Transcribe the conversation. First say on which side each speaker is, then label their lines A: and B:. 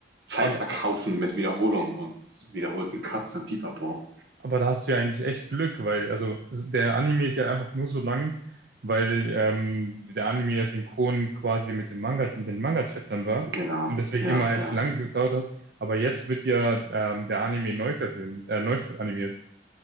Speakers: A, on the right; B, on the right.
A: Zeit
B: aber,
A: erkaufen mit Wiederholungen und wiederholten Cuts und Pipapo.
B: aber da hast du ja eigentlich echt Glück, weil, also, der Anime ist ja einfach nur so lang, weil ähm, der Anime ja synchron quasi mit dem Manga, mit den Manga-Chaptern war
A: Genau,
B: und deswegen
A: ja,
B: immer echt
A: ja.
B: lang gedauert hat. Aber jetzt wird ja ähm, der Anime neu verfilmt, äh, neu animiert.